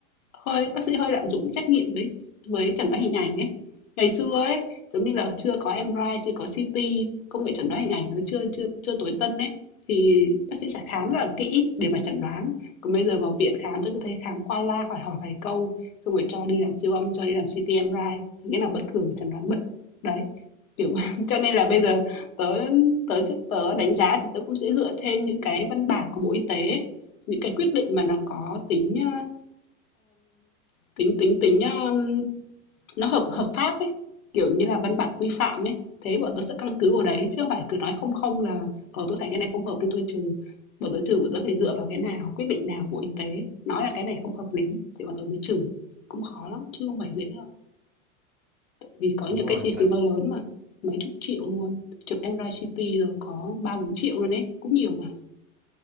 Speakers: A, on the left; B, in the centre.
A: hơi bác sĩ hơi lạm dụng trách nhiệm với với chẩn đoán hình ảnh ấy. Ngày xưa ấy, giống như là chưa có MRI, chưa có CT, công nghệ chẩn đoán hình ảnh nó chưa chưa chưa tối tân ấy thì bác sĩ sẽ khám rất là kỹ để mà chẩn đoán. Còn bây giờ vào viện khám tôi cứ thấy khám qua la hỏi hỏi vài câu xong rồi cho đi làm siêu âm, cho đi làm CT MRI thì cái nào bất thường thì chẩn đoán bệnh. Đấy. Kiểu <laughs> cho nên là bây giờ tớ tớ tớ đánh giá thì tớ cũng sẽ dựa trên những cái văn bản của Bộ Y tế những cái quyết định mà nó có tính, ơ, tính tính tính, ờm, nó hợp hợp pháp ấy, kiểu như là, văn bản quy phạm ấy. Thế bọn tôi sẽ căn cứ vào đấy chứ không phải cứ nói không không là "Ờ, tôi thấy cái này không hợp nên tôi trừ." Bọn tôi trừ bọn tôi phải dựa vào cái nào, quyết định nào của Bộ Y tế nói là cái này không hợp lý thì bọn tôi mới trừ, cũng khó lắm chứ không phải dễ đâu. Vì có
B: Đúng
A: những
B: rồi,
A: cái chi
B: tại
A: phí nó lớn mà, mấy chục triệu luôn, chụp MRI, CT rồi có 3.000.000-4.000.000 luôn ấy, cũng nhiều mà.